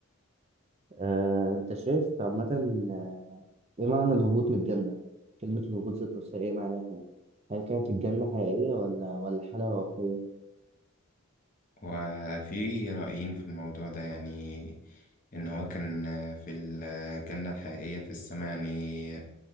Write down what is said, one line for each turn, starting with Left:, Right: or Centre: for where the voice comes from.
Right: آه، انت شايف عامة آه، ايه معنى الهبوط من الجنة؟ كلمة الهبوط ذات نفسها ايه معناها هنا؟ هل كانت الجنة حقيقية ولا ولا حالة روحية؟
Left: وفي رأيين في الموضوع ده يعني إن هو كان آه، في الجنة الحقيقية في السماء يعني